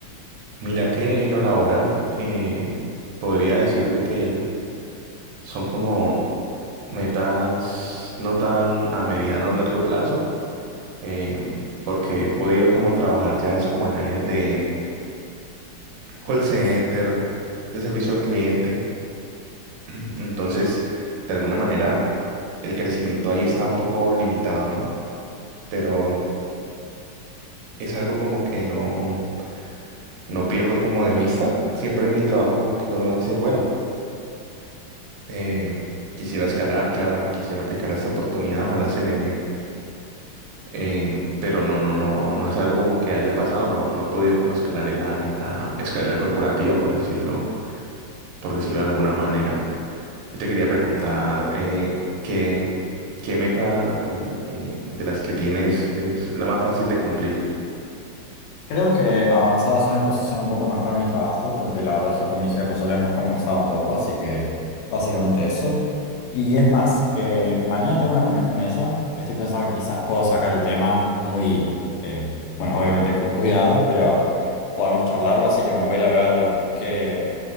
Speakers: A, on the right; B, on the left.
A: Mira que en lo laboral eh, podría decirte que el- son como metas no tan a mediano o largo plazo em, porque he podido como trabajar ya es como en áreas de call center, de servicio al cliente. <clears throat> Entonces, de alguna manera, el crecimiento ahí está un poco limitado, ¿no? Pero es algo como que no, no pierdo como de vista. Siempre en mi trabajo como que uno dice, bueno, em, quisiera escalar, claro, quisiera aplicar esta oportunidad, ojalá se me dé. em, pero no, no, no, no es algo como que haya pasado, no, no he podido como escalar en la, en la escalera corporativa, por decirlo por decirlo de alguna manera. Yo te quería preguntar eh, ¿qué, qué meta eh, eh, de las que tienes es la más fácil de cumplir?
B: Creo que avanzar hacia una posición un poco mejor en mi trabajo, porque la verdad es que con mi jefa ya lo hemos conversado un poco, así que básicamente eso. Y es más, eh, mañana tengo una reunión con ella. Estoy pensando que quizás puedo sacar el tema muy, eh, bueno, obviamente con cuidado, pero podemos charlarlo, así que me voy a ir a ver, bueno, que